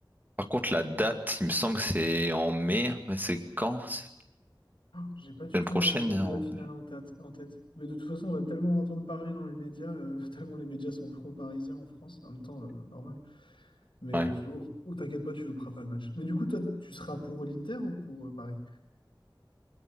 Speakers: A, on the right; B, on the left.
A: Par contre, la date, il me semble que c'est en mai. Mais C'est quand? C'est
B: Ah, J'ai
A: La
B: pas du
A: semaine
B: tout
A: prochaine?
B: la date
A: en-
B: de la finale en tête, en tête. Mais de toute façon, on va tellement en entendre parler dans les médias, euh, <laughs> tellement les médias sont pro-parisiens en France, en même temps, euh, normal. Mais
A: Ouais.
B: euh, je- oh, oh, t'inquiète pas, tu joueras pas le match. Mais du coup, toi, tu seras pour l'Inter ou pour euh, Paris?